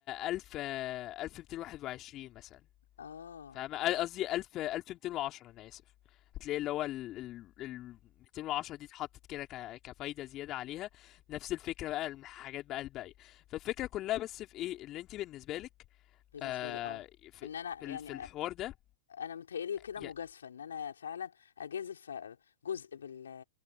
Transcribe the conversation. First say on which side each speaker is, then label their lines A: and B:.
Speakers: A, on the left; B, on the left.
A: ألف آه، ألف ميتين واحد وعشرين مثلا
B: اه
A: فاهمة آه، قصدي ألف ألف ميتين وعشرة أنا آسف هتلاقي اللي هو ال ال ال 210 دي اتحطت كده ك- كفايدة زيادة عليها نفس الفكرة بقى الحاجات بقى الباقية فالفكرة كلها بس في ايه اللي انت بالنسبة لك
B: بالنسبه
A: آه
B: لي اه
A: في
B: ان انا
A: في ال-
B: يعني
A: في الحوار ده
B: انا متهيألي كده
A: يا
B: مجازفه ان انا فعلا اجازف جزء بال